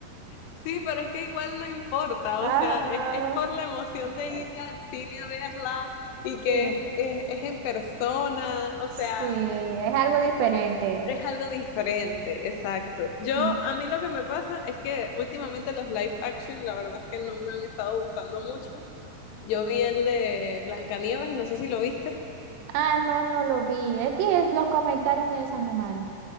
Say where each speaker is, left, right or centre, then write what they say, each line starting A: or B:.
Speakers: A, on the left; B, on the right.
A: Sí, pero es que igual no importa,
B: Ajá.
A: o sea, es, es por la emoción de
B: eh,
A: ir al cine a verla y que
B: Sí,
A: es, es- es en persona, o
B: sí,
A: sea.
B: es algo diferente.
A: Es algo diferente, exacto. Yo,
B: Mm.
A: a mí lo que me pasa es que últimamente los live action, la verdad es que no me han estado gustando mucho. Yo vi el de Blancanieves, no sé si lo viste.
B: Ah, no, no lo vi. Es que los comentarios me desanimaron.